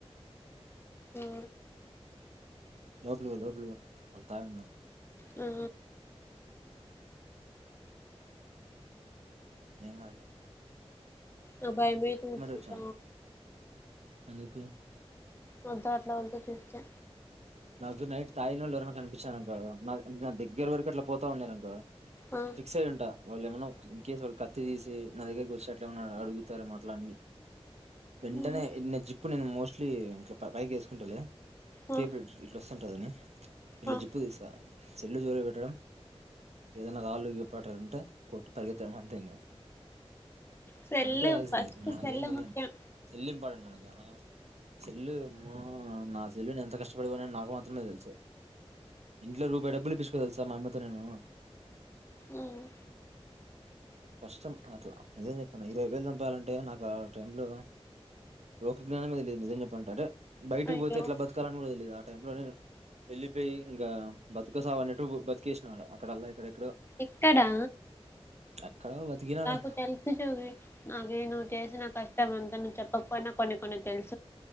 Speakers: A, on the left; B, on the right.
A: ఈ
B: లోపలు లోపలు వాళ్ళు తాయ ఉన్నారు
A: ఆ
B: ఏంగదలే
A: అ భయమ తత
B: వచ్చారు ఎందుకు
A: వద్ద అట్లా వాళ్ళతో చూర్కా
B: నాకు్రు నైట్ తాయినళ్ళు ఎవరని కనిపానంక నా దగ్గర వరకు అట్లా పోతా ఉన్నారుారంక
A: ఆ
B: ఫిక్స్ అయ్య ఉంటా వాళ్ళు ఏమన్నా ఇన్ కేేస్ వాళ్ళ కత్తి తీసి నా దగ్గరకి వచ్చేట్లా ఏమన్నా అడుగుతారా మాట్లావి వెంటనే
A: ఉహు,
B: నిన్న జిప్పు నిేన్నను మోసం మలీ ఇంట్ పైకి వేసుకుంటాలి
A: ఆ
B: త ప్లేట్ ఇట్ సంటదని ఇట్లా
A: ఆ.
B: జిప్పు తీసా చెెల్లు జోలి పెట్టడం ఏదనా రాలు పట్టంటే కోటు తరిగెత్తం అంతే ఇంకా
A: సెల్లు
B: అంతేల్సింది
A: ఫస్ట్
B: మనక
A: సెల్లు
B: ఏం చెయలేం
A: ముఖ్యం
B: చెల్లి ఇంపార్టెంట్ మనకి చెల్లు నా చెల్లు న అంత కష్టపడికునని నాకు మాత్రమే తెలుసా ఇంట్లో రూపాయయి డబ్బులు ఇప్పసుకో తెలుసా మా అమ్మతో నేను
A: ఉమ్,
B: కష్టం అట్లా నిజం చె తున్న ఇరవై వేలు చంపాలంటే నాకు ఆ టైం లో లోకజ్ఞానమే లేదు నిజం చెప్పలాంటే అట్ బైటికి
A: అయ్యో
B: పోతే ఎట్లా బత్ కూడ తెలిదు ఆ టైం లో నేను వెళ్లిపోయి ఇంకా బతుకసావు అన్నట్టు బతికేసినడ అక్కడల్ల ఇక్క
A: ఎక్కడా
B: ఎక్కడో బతికినాలే
A: నాకు తెలుసు చూవి నాగే ను్వు చేసిన కష్టం అంతను చెప్పకపోయి కొన్ని కొన్ని తెల్